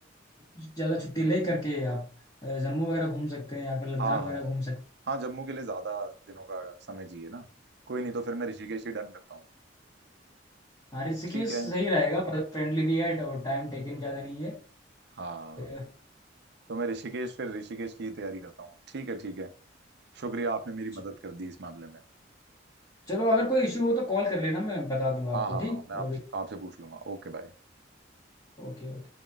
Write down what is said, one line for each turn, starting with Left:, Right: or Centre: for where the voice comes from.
Left: ज़्यादा छुट्टी ले करके आप अ, जम्मू वगैरह घूम सकते हैं या फिर लद्दाख
Right: हाँ
Left: वगैरह
Right: हाँ
Left: घूम
Right: हाँ
Left: सकते
Right: हाँ जम्मू के लिए ज्यादा दिनों का समय चाहिए ना कोई नहीं तो फिर मैं ऋषिकेश ही डन करता हूँ
Left: हैं हाँ ऋषिकेश
Right: ठीक है
Left: सही रहेगा बजट फ्रेंडली भी है और टाइम टेकन ज़्यादा नहीं है
Right: हाँ
Left: अ,
Right: तो मैं ऋषिकेश फिर ऋषिकेश की ही तैयारी करता हूँ ठीक है ठीक है शुक्रिया आपने मेरी
Left: च-
Right: मदद कर दी इस मामले में
Left: चलो अगर कोई इशू हो तो कॉल कर लेना मैं बता दूंगा आपको
Right: हाँ हाँ
Left: ठीक
Right: हाँ मैं
Left: और
Right: आप, आपसे पूछ लूंगा Okay bye
Left: ओके